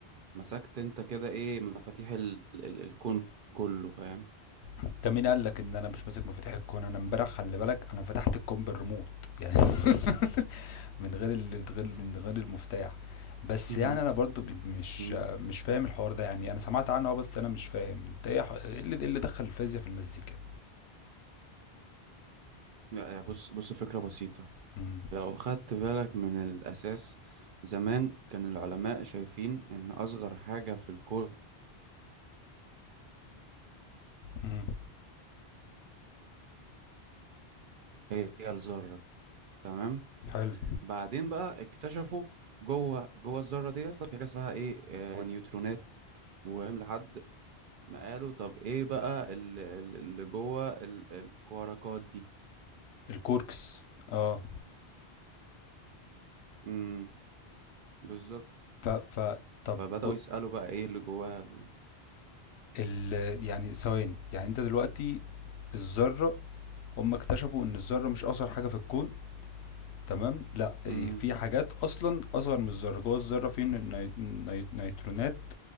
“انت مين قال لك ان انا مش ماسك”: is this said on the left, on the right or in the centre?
Left